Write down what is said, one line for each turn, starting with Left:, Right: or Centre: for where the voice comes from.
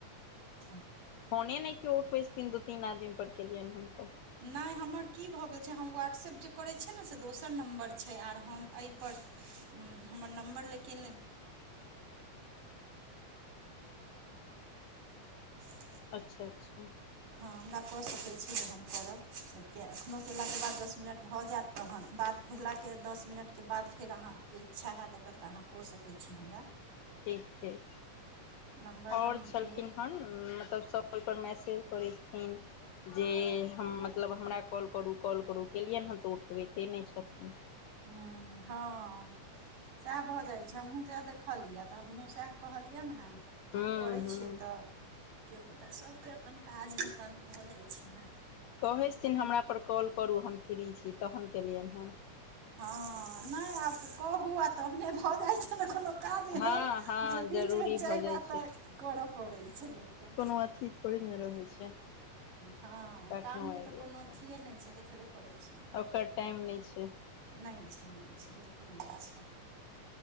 Right: <unintelligible>
Left: फोने नै केओ उठबै छथीन दू तीन आदमी पर केलियन हन तऽ
Right: नै हमर की भऽ गेल छै हम व्हाट्सएप जे करै छियै न से दोसर नम्बर छै आर हम एहिपर हमर नम्बर लेकिन <unintelligible>
Left: अच्छा अच्छा
Right: हँ हमरा कऽ सकै छी जहन करब। किए एखनो कयला केँ बाद दस मिनट भऽ जायत तहन बात भेला के दस मिनट केँ बाद फेर अहाँ। की इच्छा हैत अगर तऽ अहाँ कऽ सकैत छी हमरा।
Left: ठीक ठीक
Right: नम्बर
Left: <inaudible> और
Right: हम
Left: छलखिन
Right: ग्रुप
Left: हन मतलब सब ओइपर मैसेज करै छथिन जे हम मतलब हमरा कॉल करू कॉल करू, केलियैन हँ तऽ उठबैते नै छथिन।
Right: हूँ हँ सएह भऽ जाय छै हमहु तें देख, देखलिया तऽ हमहुँ सेह कहलियै न हें
Left: हूँ
Right: करै
Left: हूँ
Right: छियै। तऽ किओ गोटा सबके अपन काज हेतैन भऽ जाइ छैन ने।
Left: कहै सिथिन हमरा पर कॉल करू हम फ्री छी तहन केलियैन हें।
Right: हँ नै आब कहू आ तहने भऽ जाइ छै ने खनो। काज एहन,
Left: हँ हँ
Right: जे बीचमे
Left: जरूरी भऽ
Right: चाइल
Left: जाइ
Right: आतऽ त करऽ पड़ै छै लोकके।
Left: ओ अथि त ओईमे रहै छै
Right: हँ
Left: कखनो
Right: कामके
Left: आबि
Right: तऽ
Left: जाइ
Right: कोनो
Left: छै
Right: अथिये नै छै, देखबे करै छीयई।
Left: ओकर टाइम नै छै।
Right: नै छै, नै छै, बिल्कुल नै छै।